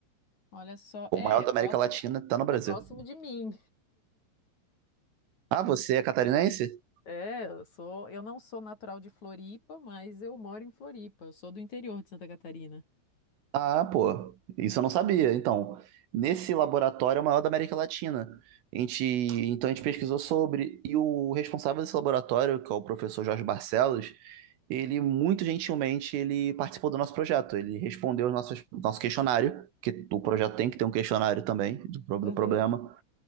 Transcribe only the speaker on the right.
O
maior
da
América Latina tá no Brasil.
Ah, você é catarinense?
Ah, pô, isso eu não sabia. Então, nesse laboratório é o maior da América Latina. A gente, então a gente pesquisou sobre, e o responsável desse laboratório, que é o professor Jorge Barcelos, ele muito gentilmente ele participou do nosso projeto. Ele respondeu o nosso, nosso questionário, que o
projeto tem que ter um questionário também do, pro- do
problema.